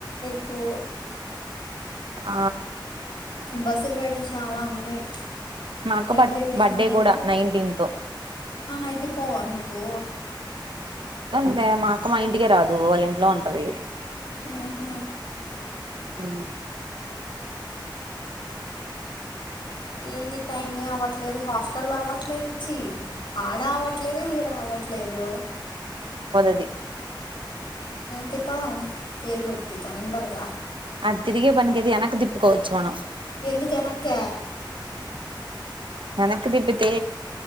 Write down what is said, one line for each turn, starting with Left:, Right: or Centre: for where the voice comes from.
Left: పో
Right: ఆ
Left: బస్సులు రేట్లు చాలా ఉన్నాయి
Right: మా అక్క
Left: రెండు
Right: బ
Left: వేలు
Right: బర్త్డే
Left: మూడు
Right: కూడా
Left: వేలు
Right: నైన్టీన్త్
Left: అయితే పోవా నువ్వు
Right: అదే మా అక్కమ్ మా ఇంటికే రాదు వాళ్ళ ఇంట్లో ఉంటది
Left: హ్మ్మ్
Right: హ్మ్మ్
Left: ఏంది టైమే అవట్లేదు హాస్టల్ అవట్లేదు చి ఆడవ ట్లేదు ఈడ అవ్వట్లేదు
Right: అడి
Left: తిప్పదం ఏేలు పెెట్టి తొందరగా
Right: అది తిరిగే పని కది వెనక్కి దిప్పుకోవచ్చు మనం
Left: ఎందుక వెనక
Right: వెనకి తిబితే